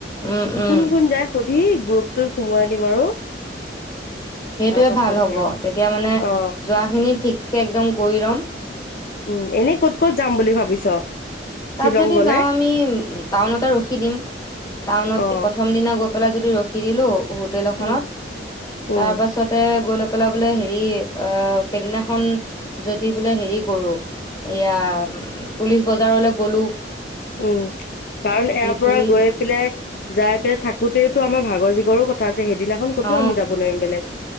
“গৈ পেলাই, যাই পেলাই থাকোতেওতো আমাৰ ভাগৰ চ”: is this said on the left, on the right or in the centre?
Left